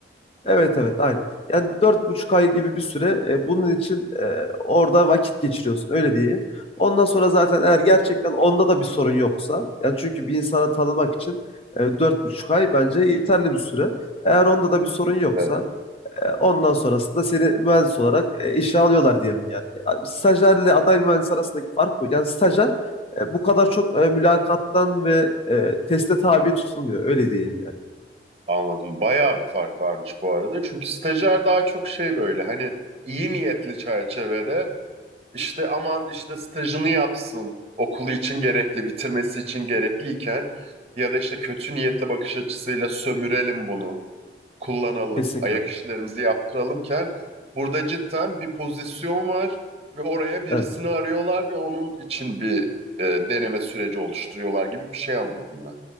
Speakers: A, on the left (about 35°); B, on the right (about 35°).
A: Evet evet aynen. Yani dört buçuk ay gibi bir süre e, bunun için e, orada vakit geçiriyorsun öyle diyeyim. Ondan sonra zaten eğer gerçekten onda da bir sorun yoksa yani çünkü bir insanı tanımak için e, dört buçuk ay bence yeterli bir süre. Eğer onda da bir sorun yoksa
B: Evet,
A: e, ondan sonrasında seni mühendis olarak e, işe alıyorlar diyelim yani. E, Stajyerle aday mühendis arasındaki fark bu. Yani stajyer e, bu kadar çok e, mülakattan ve e, teste tabi tutulmuyor öyle diyeyim yani.
B: anladım. Bayağı bir fark varmış bu arada. Çünkü stajyer daha çok şey böyle hani iyi niyetli çerçevede işte aman işte stajını yapsın. Okulu için gerekli, bitirmesi için gerekliyken ya da işte kötü niyetli bakış açısıyla sömürelim bunu, kullanalım,
A: Kesinlikle.
B: ayak işlerimizi yaptıralımken burada cidden bir pozisyon var ve oraya birisini
A: Evet.
B: arıyorlar ve onun için bir e, deneme süreci oluşturuyorlar gibi bir şey anladım ben.